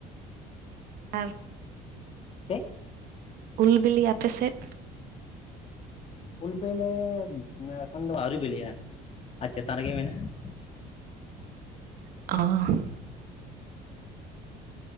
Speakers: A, on the right; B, on the left.
A: ᱟᱨᱼᱼ
B: ᱛᱮ
A: ᱩᱞ ᱵᱤᱞᱤ ᱟᱯᱮᱥᱮᱫᱼᱼ
B: ᱩᱞ ᱵᱤᱞᱤ ᱮᱠᱷᱚᱱ ᱫᱚ ᱟᱹᱣᱨᱤ ᱵᱤᱞᱤᱜᱼᱟ ᱟᱨ ᱪᱮᱛᱟᱱ ᱨᱮᱜᱮ ᱢᱮᱱᱟᱜᱼᱟ ᱾
A: ᱚ <unintelligible>